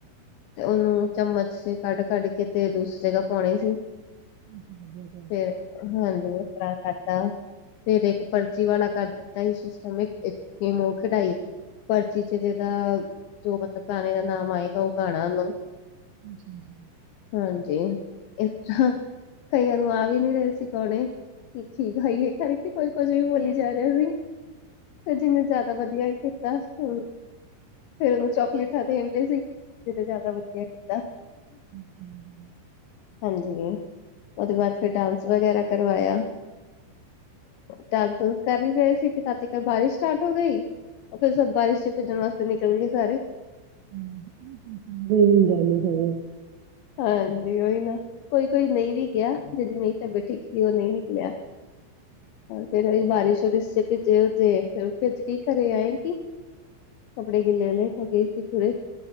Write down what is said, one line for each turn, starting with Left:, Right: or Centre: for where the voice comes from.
Left: ਤੇ ਉਹਨੂੰ ਚਮਚ ਕੱਢ, ਕੱਢ ਕੇ ਤੇ ਦੂਸਰੀ ਜਗ੍ਹਾ ਪਾਉਣੀ ਸੀ।
Right: ਜੀ, ਜੀ, ਜੀ।
Left: ਫੇਰ ਹਾਂਜੀ ਇਸ ਤਰ੍ਹਾਂ ਕਰਦਾ ਫੇਰ ਇੱਕ ਪਰਚੀ ਵਾਲਾ ਕਰ ਦਿੱਤਾ। ਸਿਸਟਮ ਹੋ ਖਦਾਈ। ਪਰਚੀ ਚ ਜਿਹਦਾ ਜੋ ਮਤਲਬ ਗਾਣੇ ਦਾ ਨਾਮ ਆਏਗਾ ਉਹ ਗਾਣਾ ਉਹਨੂੰ
Right: ਜੀ, ਜੀ।
Left: ਹਾਂਜੀ ਇਸ ਤਰ੍ਹਾਂ ਕਈਆਂ ਨੂੰ ਆ ਵੀ ਨੀ ਰਹੇ ਸੀ ਪਾਉਣੇ। ਠੀਕ ਕ ਹਾਈਏ ਖਰ ਕੀ ਕੋਈ ਕੁੱਝ ਵੀ ਬੋਲੀ ਜਾ ਰਿਹਾ। ਤੇ ਜਿੰਨਾ ਜ਼ਿਆਦਾ ਵਧੀਆ ਕੀਤਾ ਹੈ। ਫਿਰ ਉਹਨੂੰ ਚਾਕਲੇਟਾਂ ਆਉਂਦੀਆਂ ਸਨ, ਜਿਸਨੇ ਜ਼ਿਆਦਾ ਵਧੀਆ ਕੀਤਾ।
Right: ਹਾਂ ਹਾਂ!
Left: ਹਾਂਜੀ, ਉਹਦੇ ਬਾਅਦ ਫਿਰ ਡਾਂਸ ਵਗੈਰਾ ਕਰਵਾਇਆ। ਡਾਂਸ ਕਰ ਹੀ ਰਹੇ ਸੀ, ਕਿ ਤਦ ਤਕ ਬਾਰਿਸ਼ ਸਟਾਰਟ ਹੋ ਗਈ। ਉਹ ਫਿਰ ਸਬ ਬਾਰਿਸ਼ ਵਿੱਚ ਭਿੱਜਣ ਵਾਸਤੇ ਨਿਕਲ ਗਏ ਸਾਰੇ।
Right: ਹਾਂ ਜੀ, ਸਵੇਰੇ। <inaudible>
Left: ਹਾਂ ਜੀ, ਉਹੀ ਨਾ, ਕੋਈ-ਕੋਈ ਨਹੀਂ ਵੀ ਗਿਆ। ਜਿਹਦੀ ਨਹੀਂ ਤਬਿਧਤ ਠੀਕ ਸੀ, ਉਹ ਨਹੀਂ ਨਿਕਲਿਆ। ਫਿਰ ਅਸੀ ਬਾਰਿਸ਼-ਵਾਰਿਸ਼ ਵਿੱਚ ਭਿੱਜੇ -ਭਿਜੇ, ਫਿਰ ਭਿੱਜ ਕੇ ਘਰ ਆਏਗੀ। ਕੱਪੜੇ ਗਿੱਲੇ ਵਿਲੇ ਹੋ ਗਏ ਸੀ ਪੂਰੇ।